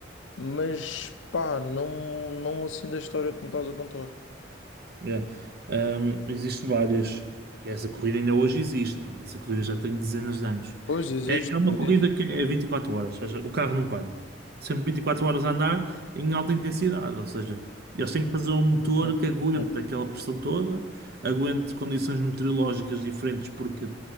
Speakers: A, on the left (about 75°); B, on the right (about 55°).
A: mas pá, não, não assim da história que me estás a contar.
B: Yeah. Um, existem várias. Essa corrida ainda hoje existe. portanto, Essa corrida já tem dezenas de anos.
A: Pois existe,
B: É, é uma
A: existe.
B: corrida que é 24 horas, ou seja, o carro não para. Sempre 24 horas a andar em alta intensidade, ou seja, eles têm que fazer um motor
A: um-
B: que aguente
A: um-
B: aquela pressão toda, aguente condições meteorológicas diferentes, porque